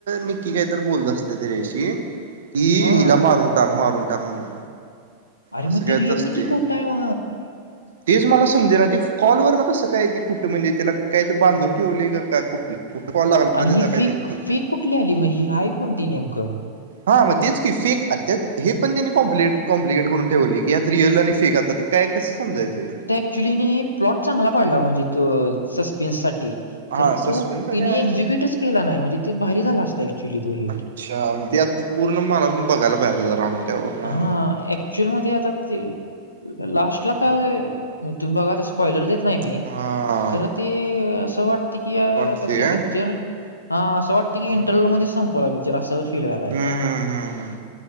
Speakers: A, on the right; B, on the left.
A: नक्की काही तर बोलत असते तिज्याशी की
B: हा
A: हिला मारुण टाक मारूण टाक म्हणून
B: अरे
A: असं
B: म
A: कायच
B: ती रियल
A: असते
B: नीक्की कुठंय म
A: तेच मला समजे ना ते कॉलवर ना कसं काय ती कुठं म्हणजे त्याला काय तर बांधून ठेवले का कुठल. कुठं काॅल लागला
B: आणि
A: ना त्याचा
B: ही
A: काय
B: फेक
A: ते कळेना
B: फेक कुठली आली मग ही आहेय कोणती नेमकं
A: हां मग तेच की फिक त्यात हे पण त्यांनी कॉम्प्लिकेट-कॉम्प्लिकेट करून ठेवलेय. यात रिअल आणि फेक आता ते काय कसं समजायचं.
B: क्च्युली ने प्लॉट चांगला पाडला म्हणजे तो सस्पेन्स साठी.
A: हा
B: खरं
A: सस्पेन्स
B: तु तिने
A: काय आहे
B: एक्झिक्युटच
A: सर
B: केला नाही म्हणजे ते बाहेर झाला असता की ऍक्च्युली तो हिट
A: अच्छा! <unintelligible> आणि
B: हा ऍक्च्युअल मध्ये आता ते लास्टला काय तुम्ही बघत असतं स्पॉईलर देत नाही मी
A: हा
B: खरं ते असं वाटते की आता
A: वाटते
B: ते
A: काय
B: पिक्चर हा असं वाटते
A: हम्म
B: की इंटरव्ह्यूमध्ये संपवला पिक्चर असं फील व्हायलाय तो.
A: हम् हम्म हम् हम,